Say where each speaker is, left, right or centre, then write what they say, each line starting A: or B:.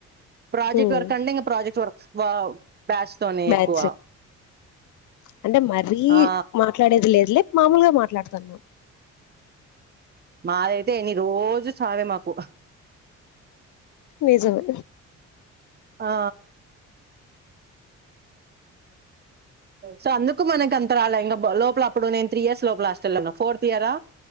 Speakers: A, on the right (about 35°); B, on the left (about 75°).
A: ప్రాజెక్ట్
B: హ్మ్
A: వర్ అంటే ఇంగ ప్రాజెక్ట్ వర్క్ వావ్ బ్యాస్తోనే
B: బ్యాచ్
A: ఎక్కువ
B: అంటే మరీ
A: ఆ
B: మాట్లాడేది లేదులే మామూలుగా మాట్లాడుతన్నవ్
A: మాదైతే ఎన్ని రోజు చావే మాకు
B: నిజమే
A: ఆ సో అందుకు మనకి అంత రాలే ఇంకా లోపల అప్పుడు నేను త్రీ ఇయర్స్ లోపల లాస్ట్ వెళ ఉన్నా ఫోర్త్ ఇయరా